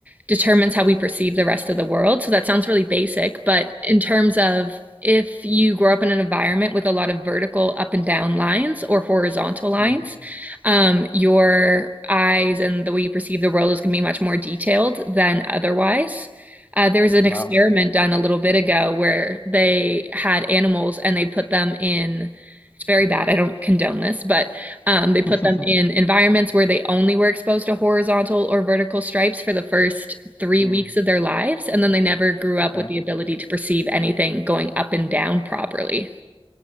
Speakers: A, on the right (about 15°); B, on the left (about 25°).
A: determines how we perceive the rest of the world. So that sounds really basic, but in terms of if you grow up in an environment with a lot of vertical up and down lines or horizontal lines,
B: Mm-hmm.
A: um, your eyes and the way you perceive the world is going to be much more detailed than otherwise. Uh, there was an
B: Wow.
A: experiment done a little bit ago where they had animals and they put them in, it's very bad, I don't condone this, but um, they put
B: <laughs>
A: them in environments where they only were exposed to horizontal or vertical stripes for the first three
B: Mm,
A: weeks of their lives, and then they never grew up
B: okay.
A: with the ability to perceive anything going up and down properly.